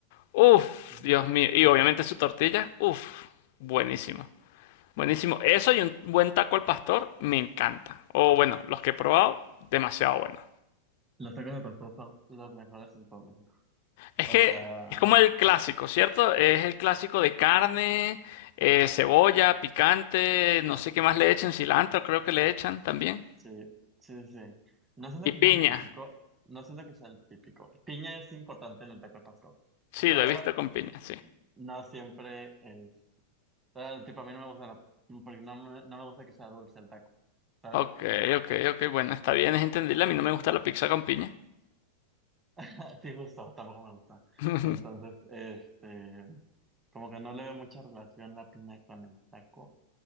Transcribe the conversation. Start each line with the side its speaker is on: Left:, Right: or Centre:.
Left: Uf,
Right: Ujú.
Left: Dios mío. Y obviamente su tortilla, uf, buenísimo. Buenísimo. Eso y un buen taco al pastor, me encanta. O bueno, los que he probado, demasiado bueno.
Right: Los tacos al pastor son los mejores en todo México.
Left: Es
Right: O
Left: que
Right: sea,
Left: es como el clásico, ¿cierto? Es el clásico de carne, eh, cebolla, picante, no sé qué más le echen, cilantro creo que le echan también.
Right: Sí, sí, sí. sí. No siento
Left: Y
Right: que
Left: piña.
Right: sea el típico, no siento que sea el típico. Piña es importante en el taco de pastor,
Left: Sí,
Right: pero
Left: lo he visto con piña, sí.
Right: no siempre es. o sea, tipo, a mí no me gusta la, porque no me, no me gusta que sea dulce el taco, ¿sabes?
Left: Ok, ok, ok, bueno, está bien, es entendible. A mí no me gusta la pizza con piña.
Right: <laughs> Sí, justo, tampoco me gusta.
Left: <laughs>
Right: Entonces, este, como que no le veo mucha relación la piña con el taco,